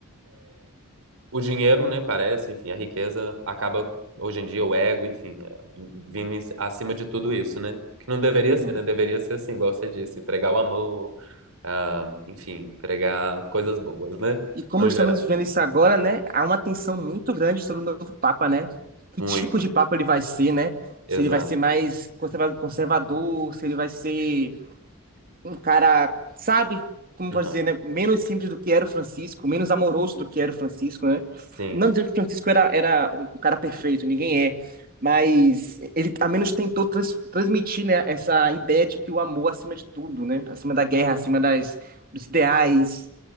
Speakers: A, on the right; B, on the right.
A: o dinheiro, né, parece, enfim, a riqueza acaba hoje em dia, o ego, enfim, é, vindo em- acima de tudo isso, né? Que não deveria
B: Uhum.
A: ser, né? Deveria ser assim, igual você disse, pregar o amor, ah, enfim, pregar coisas boas, né?
B: E como
A: No
B: estamos
A: geral.
B: vivendo isso agora, né, há uma tensão muito grande sobre o novo Papa, né? Que
A: Muito,
B: tipo de Papa ele vai ser, né?
A: exato.
B: Se ele vai ser mais conserva- conservador, se ele vai ser um cara, sabe? Como
A: Aham.
B: pode dizer, né? Menos simples do que era o Francisco, menos amoroso do que era o Francisco, né?
A: Sim.
B: Não dizendo que o Francisco era, era um cara perfeito, ninguém é. Mas ele, ao menos, tentou trans- transmitir, né, essa ideia de que o amor é acima de tudo, né? Acima da guerra, acima das, dos ideais,